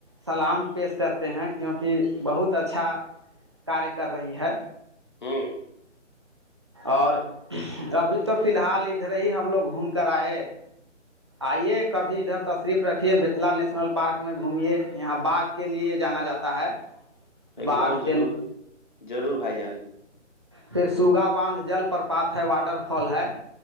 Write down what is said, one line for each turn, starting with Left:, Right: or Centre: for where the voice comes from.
Right: سلام پیش کرتے ہیں کیونکہ بہت اچھا کاریہ کر رہی ہے
Left: ہوں
Right: اور ابھی تو فی الحال ادھر ہی ہم لوگ گھوم کر آئے آئیے کبھی ادھر تشریف رکھیے بتلا نیشنل پارک میں گھومے یہااں باغ کے لیے جانا جاتا ہے
Left: ایک
Right: باغ
Left: دم
Right: تین
Left: ضرور ضرور بھائی جان
Right: پھر سوگا باندھ جل پرپات ہے واٹر فال ہے